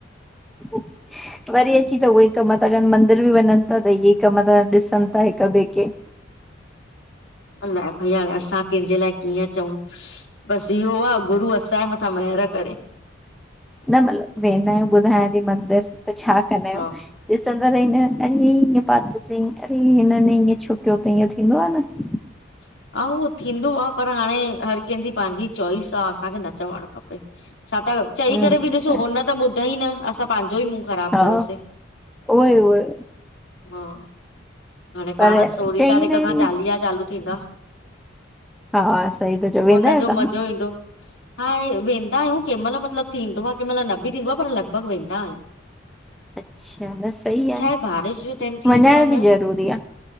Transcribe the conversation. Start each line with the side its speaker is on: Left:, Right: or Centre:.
Centre: <inaudible> वरी अची त उहेईं कमू था करन, मंदर बि वञनि था त इहे कम तन, ॾिसनि था हिकु ॿे खे।
Left: अलाए, भई हाणे असां कंहिंजे लाए कीअं चऊं। बसि इहो आ, गुरू असांजे मथां महरि करे।
Centre: न मतिलब, वेंदा आहियूं ॿुधायां थी मंदर, त छा कंदा आयूं।
Left: हा
Centre: ॾिसंदा रहीदां आहिन त, हि हिंयं पातो तईं, अरे हिनन ईअं छो कियो तईं, ये थींदो आ न।
Left: <inaudible> हा, उहो थींदो आहे पर, हाणे हर कंहिंजी पंहिंजी चॉइस आ, असांखे न चवणु खपे। छा त, चई
Centre: हम्म
Left: करे बि ॾिसो हुन त ॿुधई न असां पांजो ई मुंह ख़राब
Centre: हा
Left: कयोसी,
Centre: उहे उहे
Left: हा। हाणे पाण
Centre: पर
Left: सोरीं
Centre: चईंदा
Left: तारीख़
Centre: आहिनि
Left: खां चालीहा
Centre: न
Left: चालू थींदा।
Centre: हा, सही ता चायो, वेंदा
Left: उनजो
Centre: आयो तव्हां?
Left: मज़ो ईंदो। हा, वेंदा आयूं कंहिं मल मतलबु थींदो आ, कंहिं मल न बि थींदो आ, पर लॻभॻि वेंदा आयूं।
Centre: अच्छा न सही
Left: छा
Centre: न
Left: आहे, बारिश जो टाइम थी
Centre: वञण
Left: वेंदो आ न
Centre: बि ज़रूरी आहे